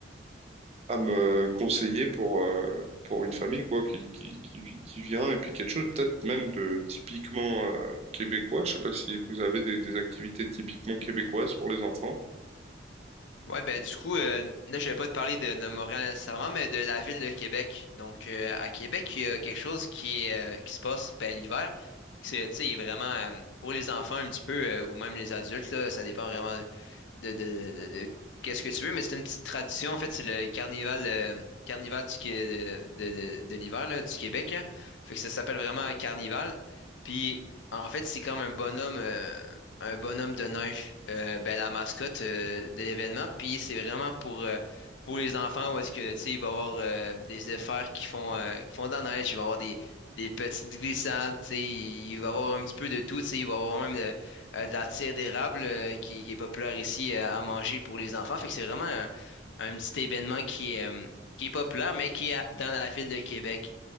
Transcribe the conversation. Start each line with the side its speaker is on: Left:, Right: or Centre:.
Right: à me conseiller pour, euh, pour une famille quoi qui, qui, qui, vi- qui vient et puis quelque chose peut-être même de typiquement euh, québécois. Je sais pas si vous avez des, des activités typiquement québécoises pour les enfants.
Left: Ouais, ben du coup, euh, là, je vais pas te parler de, de Montréal nécessairement, mais de la ville de Québec. Donc, euh, à Québec, il y a quelque chose qui, est, euh, qui se passe ben, l'hiver. C'est, tu sais, il est vraiment euh, pour les enfants un petit peu, euh, ou même les adultes, là, ça dépend vraiment de, de, de, de- de qu'est-ce que tu veux, mais c'est une petite tradition. En fait, c'est le carnival, euh, carnival du, Qué- de, de, de l'hiver là, du Québec. là. Fait que ça s'appelle vraiment un carnival. Puis, en fait, c'est comme un bonhomme. euh, un bonhomme de neige, euh, ben, la mascotte euh, de l'événement. Puis c'est vraiment pour, euh, pour les enfants où est-ce que tu sais, il va y avoir euh, des efforts qui font, euh, qui font de la neige, il va y avoir des, des petites glissades, tu sais, il va y avoir un petit peu de tout, tu sais, il va y avoir même de, euh, de la tire d'érable euh, qui, qui est populaire ici euh, à manger pour les enfants. Fait que c'est vraiment un, un petit événement qui est, euh, qui est populaire, mais qui est à- dans la ville de Québec.